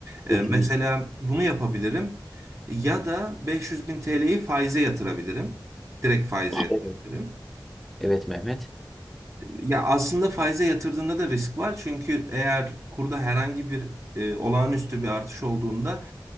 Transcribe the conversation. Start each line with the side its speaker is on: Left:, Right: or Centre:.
Right: Ee,
Centre: Kesinlikle.
Right: mesela bunu yapabilirim ya da 500 bin TL'yi faize yatırabilirim. Direkt faize yatırabilirim.
Centre: Evet. Evet Mehmet.
Right: Ya aslında faize yatırdığında da risk var. Çünkü eğer kurda herhangi bir e, olağanüstü bir artış olduğunda